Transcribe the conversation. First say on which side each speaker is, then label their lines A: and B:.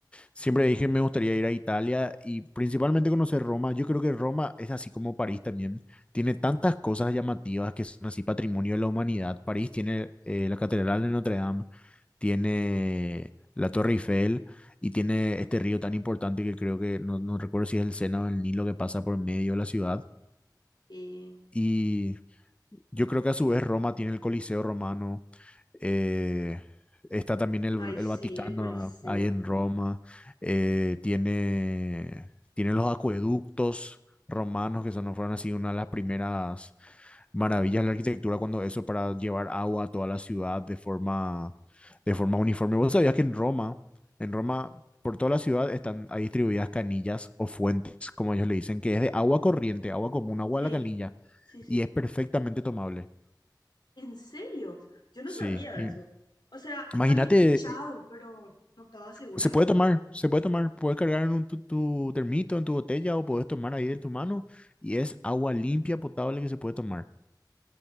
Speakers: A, on the left; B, on the left.
A: Siempre dije, me gustaría ir a Italia y principalmente conocer Roma. Yo creo que Roma es así como París también. Tiene tantas cosas llamativas que son así patrimonio de la humanidad. París tiene eh, la Catedral de Notre Dame, tiene la Torre Eiffel y tiene este río tan importante que creo que no, no recuerdo si es el Sena o el Nilo que pasa por medio de la ciudad.
B: Y,
A: Y yo creo que a su vez Roma tiene el Coliseo romano, eh, está también el,
B: ay, sí,
A: el Vaticano
B: el Coliseo.
A: ahí en Roma, eh, tiene, tiene los acueductos romanos que son, fueron así una de las primeras maravillas de la arquitectura cuando eso para llevar agua a toda la ciudad de forma, de forma uniforme. ¿Vos sabías que en Roma, en Roma, por toda la ciudad están ahí distribuidas canillas o fuentes, como ellos le dicen, que es de agua corriente, agua común, agua
B: Sí,
A: de la canilla
B: sí, sí.
A: y es perfectamente tomable.
B: ¿En serio? Yo no
A: Sí.
B: sabía de
A: Y
B: eso. O sea,
A: Imagínate,
B: había escuchado,
A: y-
B: pero no estaba segura.
A: se puede tomar, se puede tomar, puedes cargar en un tu, tu termito, en tu botella o puedes tomar ahí de tu mano y es agua limpia, potable que se puede tomar.